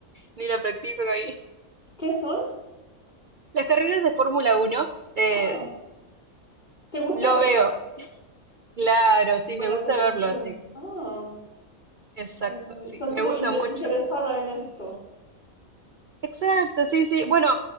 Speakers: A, on the right; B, on the left.
A: ni la practico ahí.
B: ¿Qué son?
A: Las carreras de Fórmula uno eh,
B: Ah, ¿te gusta
A: lo
B: verla?
A: veo, claro, sí,
B: Buena
A: me gusta
B: televisión.
A: verlo, así que,
B: Ah.
A: exacto,
B: Vale, vale.
A: sí,
B: Estás
A: me
B: como
A: gusta
B: inte-
A: mucho.
B: interesada en esto.
A: Exacto, sí, sí. Bueno,